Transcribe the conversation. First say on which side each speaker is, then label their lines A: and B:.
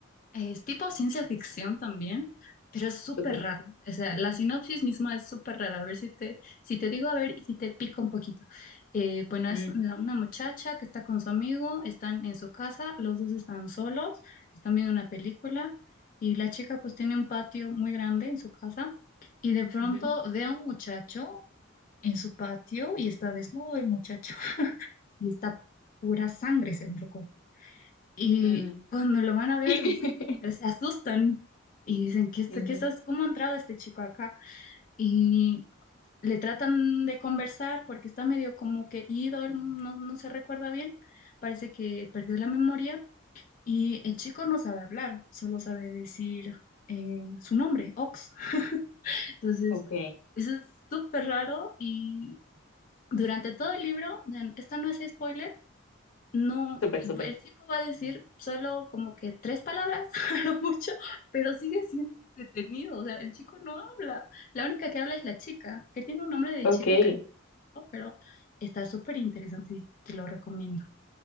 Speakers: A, on the left; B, on the left.
A: es tipo ciencia ficción también, pero es súper
B: Súper.
A: raro. O sea, la sinopsis misma es súper rara. A ver si te, si te digo, a ver, y si te pico un poquito. Eh, bueno, es
B: mm,
A: la- una muchacha que está con su amigo, están en su casa, los dos están solos, están viendo una película y la chica pues tiene un patio muy grande en su casa y de pronto
B: ujú,
A: ve a un muchacho en su patio y está desnudo el muchacho <laughs> y está pura sangre, según recuerdo. Y
B: mm,
A: cuando lo van a ver,
B: <laughs>
A: des- se se asustan y dicen, ¿qué, es-
B: ujú.
A: qué es- cómo ha entrado este chico acá? Y le tratan de conversar porque está medio como que ido, él no, no se recuerda bien, parece que perdió la memoria y el chico no sabe hablar, solo sabe decir eh, su nombre, Ox. <laughs> Entonces,
B: Ok,
A: eso es súper raro y durante todo el libro, o sea, esto no es spoiler, no,
B: súper, súper.
A: el chico va a decir solo como que tres palabras <laughs> a lo mucho, pero sigue siendo entretenido, o sea, el chico no habla, la única que habla es la chica, que tiene un nombre de
B: Ok.
A: chico
B: Oye,
A: que no recuerdo, pero está súper interesante y te lo recomiendo.